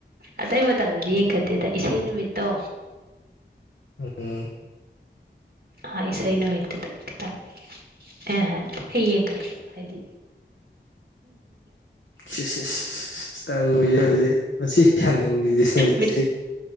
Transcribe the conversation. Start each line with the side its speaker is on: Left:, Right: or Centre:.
Right: ꯑꯇꯩ ꯃꯇꯝꯗꯗꯤ ꯌꯦꯡꯈꯠꯇꯦꯗ ꯏꯁꯩ ꯅꯨꯃꯤꯠꯇꯣ
Left: ꯎꯝꯝ
Right: ꯍꯥꯏ ꯏꯁꯩ ꯅꯨꯃꯤꯠꯇꯗ ꯈꯤꯇꯪ ꯑꯦ ꯍꯥꯏ ꯍ ꯌꯦꯡ ꯠꯄ ꯍꯥꯏꯗꯤ
Left: ꯁꯤ ꯁꯤ ꯁꯤ ꯇ ꯃꯁꯤ ꯌꯥꯝꯅ ꯎꯔꯤꯁꯦ ꯃꯁꯤꯁꯦ
Right: ꯃꯤꯠ